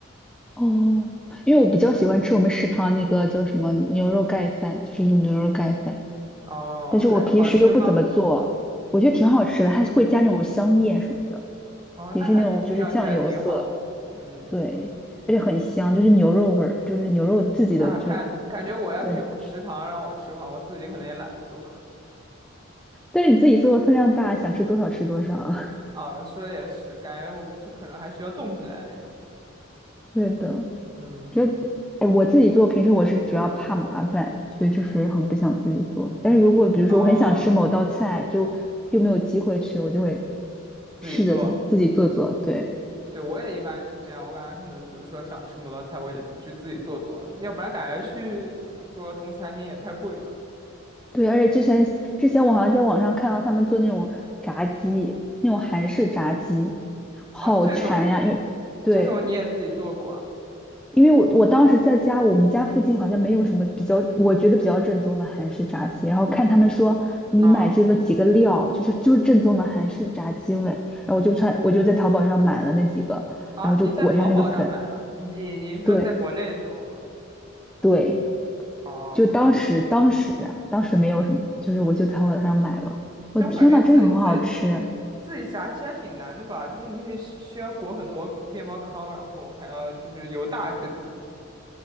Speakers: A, in the centre; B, on the right.
A: 哦，因为我比较喜欢吃我们食堂那个叫什么牛肉盖饭，就是卤牛肉盖饭，
B: 哦，
A: 但是我平时又不怎么做，
B: 哎，好吃吗？
A: 我觉得挺好吃的，还是会加那种香叶什么的，
B: 哦，
A: 也是那种就是酱油色，
B: 那还听上去还挺好的。嗯
A: 对，而且很香，就是牛肉味儿，就是牛肉自己的，
B: 啊，
A: 就
B: 感感觉我要是有个食堂让我吃的话，
A: 对。
B: 我自己可能也懒得做。
A: 但是你自己做的分量大，想吃多少吃多少。
B: 啊，说的也是，感觉我这可能还需要动起来那种。
A: 对的，
B: 嗯，
A: 就得哎，我自己做平时我是主要怕麻烦，所以就是很不想自己做。但是如果比如说我很想吃某道菜，
B: 哦，
A: 就就没有机会吃，我就会
B: 自己做，
A: 试着自自己做做。对
B: 对，我也一般是这样。我感觉可能，比如说想吃摩托菜，我也就自己做做，要不然感觉去，比如说中餐厅也太贵了
A: 对，而且之前之前我好像在网上看到他们做那种炸鸡，那种韩式炸鸡，好馋呀！
B: 啊。这种，
A: 因为对
B: 这种你也自己做过啊？
A: 因为我我当时在家，我们家附近好像没有什么比较，我觉得比较正宗的韩式炸鸡。然后看他们说你买这个几个料，
B: 哦
A: 就是就是正宗的韩式炸鸡味。然后我就在我就在淘宝上买了那几个，
B: 啊，
A: 然后就裹一下那个粉。
B: 你在淘宝上买了？你你是说在国内的时候吗？
A: 对对，
B: 哦，
A: 就当时当时啊当时没有什么，就是我就淘宝上买了。我天呐，
B: 但我感觉自己自己
A: 真的很好吃。
B: 自己炸鸡还挺难的吧？就是你得需需要裹很多面包糠，然后还要就是油大，对不对？